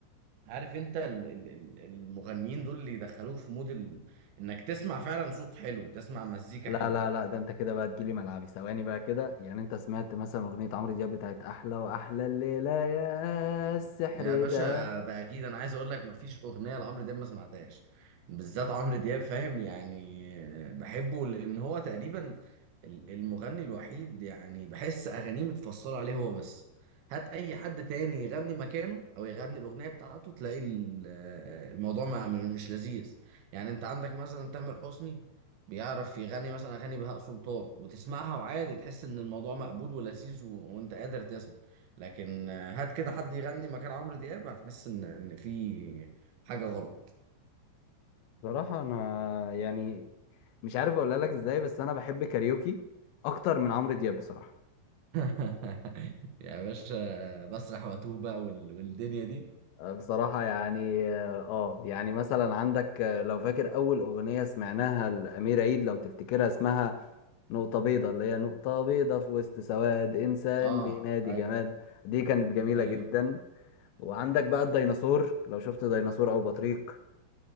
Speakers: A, on the right; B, on the left.
A: عارف انت ال- ال- ال- المغنيين دول اللي يدخلوك في مود ال... انك تسمع فعلا صوت حلو تسمع مزيكا
B: لا
A: حلوه
B: لا لا ده انت كده بقى تجيلي ملعبي ثواني بقى كده يعني انت سمعت مثلا اغنيه عمرو دياب بتاعت احلى واحلى الليله يا السحر
A: يا باشا
B: ده
A: ده اكيد انا عايز اقول لك مفيش اغنيه لعمرو دياب ما سمعتهاش بالذات عمرو دياب فاهم يعني بحبه لان هو تقريبا ال- المغني الوحيد يعني بحس اغانيه متفصله عليه هو بس هات اي حد تاني يغني مكانه او يغني الاغنيه بتاعته تلاقي ال- الموضوع ما مش لذيذ يعني انت عندك مثلا تامر حسني بيعرف يغني مثلا اغاني بهاء سلطان وتسمعها وعادي تحس ان الموضوع مقبول ولذيذ و... وانت قادر تسمع لكن آه، هات كده حد يغني مكان عمرو دياب هتحس ان ان في حاجه غلط
B: بصراحه انا يعني مش عارف اقولها لك ازاي بس انا بحب كاريوكي اكتر من عمرو دياب بصراحه
A: <laughs> يا باشا بسرح واتوه بقى وال... والدنيا دي
B: بصراحة يعني اه يعني مثلا عندك آه، لو فاكر أول أغنية سمعناها لأمير عيد لو تفتكرها اسمها نقطة بيضة اللي هي نقطة بيضة في وسط سواد إنسان
A: اه
B: بينادي
A: ايوه
B: جماد دي كانت جميلة
A: ايوه
B: جدا وعندك بقى الديناصور لو شفت ديناصور أو بطريق